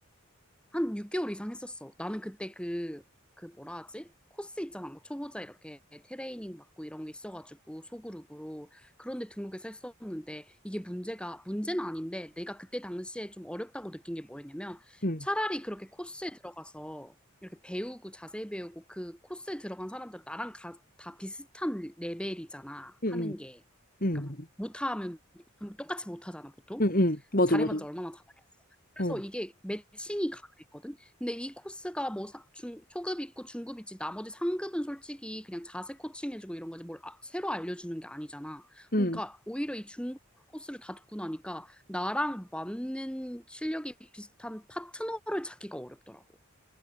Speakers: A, in the centre; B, on the left.
A: 한 6개월 이상 했었어. 나는 그때 그, 그 뭐라 하지? 코스 있잖아. 뭐 초보자 이렇게 트레이닝 받고 이런 게 있어가지고 소그룹으로 그런데 등록해서 했었는데 이게 문제가 문제는 아닌데 내가 그때 당시에 좀 어렵다고 느낀 게 뭐였냐면
B: 응,
A: 차라리 그렇게 코스에 들어가서 이렇게 배우고 자세히 배우고 그 코스에 들어간 사람들 나랑 가- 다 비슷한 레벨이잖아
B: 응,
A: 하는 게
B: 응,
A: 그러니까 못하면 좀 똑같이 못하잖아 보통
B: 응, 응, 맞아,
A: 그 잘해봤자
B: 맞아.
A: 얼마나 잘하겠어. 그래서
B: 어.
A: 이게 매칭이 가능했거든. 근데 이 코스가 뭐 사- 중, 초급 있고 중급 있지 나머지 상급은 솔직히 그냥 자세 코칭 해주고 이런 거지 뭘 아- 새로 알려주는 게 아니잖아.
B: 응.
A: 그러니까 오히려 이 중급 코스를 다 듣고 나니까 나랑 맞는 실력이 비슷한 파트너를 찾기가 어렵더라고.